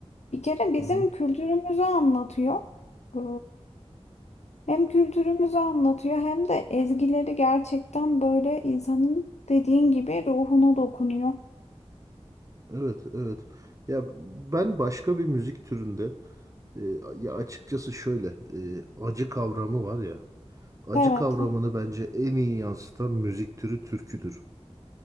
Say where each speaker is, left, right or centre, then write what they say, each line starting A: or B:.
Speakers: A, on the left; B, on the right.
A: Bir kere bizim
B: Hı hı.
A: kültürümüzü anlatıyor. Ee, Hem kültürümüzü anlatıyor hem de ezgileri gerçekten böyle insanın dediğin gibi ruhuna dokunuyor.
B: Evet, evet. Ya ben başka bir müzik türünde e, ya açıkçası şöyle e, acı kavramı var ya. Acı
A: Evet.
B: kavramını bence en iyi yansıtan müzik türü türküdür.